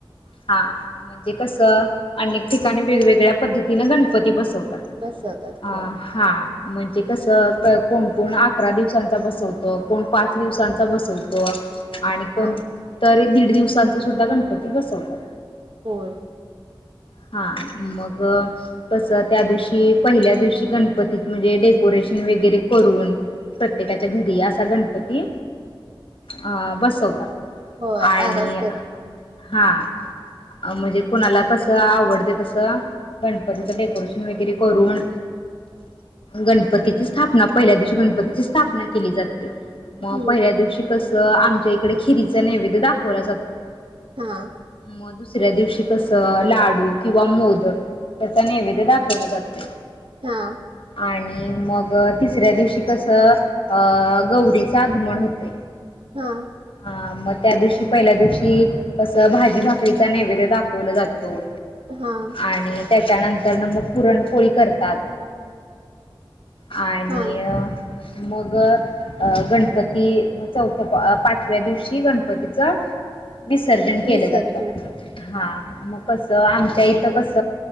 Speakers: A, on the left; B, on the right.
A: हा म्हज म्हणे कसं अनेक ठिकाणी वेगवेगळ्या पद्धतीन गणपती बसवत
B: बसवतात
A: अ
B: होय.
A: हा म्हणजे कसं कोण कोण अकरा दिवसांचा बसवतो कोण पाच दिवसांचा बसवतो आणि कोणतरी
B: हा
A: दीड दिवसांचा सुद्धा गणपती बसवतात.
B: होयं
A: हा मग कस त्या दिवशी पहिल्या दिवशी गणपती म्हणजे डेकोरेशन वगैरे करून प्रत्येकाच्या घरी असा गणपती अ बसवतात.
B: होय या
A: आणि
B: ब्यास्त्यातुन
A: हा म्हणजे कुणाला कसं आवडते तसं गणपतीचं डेकोरेशन वगैरे करून
B: <inaudible>
A: गणपतीची स्थापना पहिल्या दिवशी गणपतीची स्थापना केली जाते. मग
B: हम्म
A: पहिल्या दिवशी कसं आमच्या इकडे खिरीच नैवेद्य दाखवला जातो.
B: हा आ
A: मग दुसऱ्या दिवशी कसं लाडू किंवा मोदक नैवेद दाखवला जातोय
B: हा
A: आणि मग तिसऱ्या दिवशी कसं अ गौरीचं आगमन होतंय
B: हा
A: हा मग त्या दिवशी पहिल्या दिवशी की कस भाजी भाकरीचा नैवेद्य दाखवलं जातो.
B: हा आ
A: आणि त्याच्यानंतर न मग पुरणपोळी करतात. आणि
B: हा
A: अ मग अ-अ गणपती मग चौथ्या पाचव्या दिवशी गणपतीच विसर्जन केलं
B: विसर्जन
A: जातं हा मग कसं आमच्या इथं कस